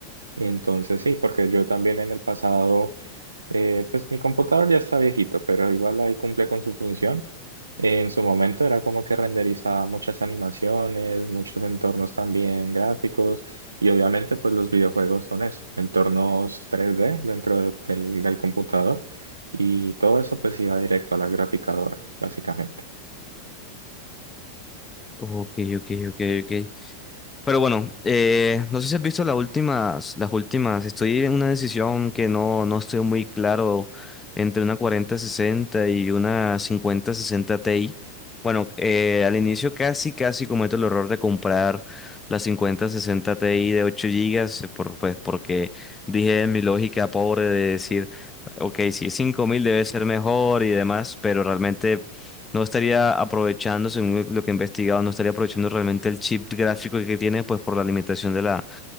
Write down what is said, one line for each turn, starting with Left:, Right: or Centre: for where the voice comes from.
Right: Y entonces sí, porque yo también en el pasado... Eh, pues mi computador ya está viejito, pero igual ahí cumple con su función. En su momento era como que renderizaba muchas animaciones, muchos entornos también gráficos y obviamente pues los videojuegos son eso, entornos tres d dentro de- del, del computador y todo eso pues iba directo a la graficadora, básicamente.
Left: Ok, ok, ok, ok. Pero bueno, eh, no sé si has visto las últimas, las últimas. Estoy en una decisión que no, no estoy muy claro entre una 4060 y una 5060 Ti. Bueno, eh, al inicio casi, casi cometo el error de comprar la 5060 Ti de 8 gigas eh, por, pues porque dije en mi lógica pobre de decir, ok, si es 5000 debe ser mejor y demás, pero realmente no estaría aprovechando, según lo que he investigado, no estaría aprovechando realmente el chip gráfico que tiene, pues por la limitación de la,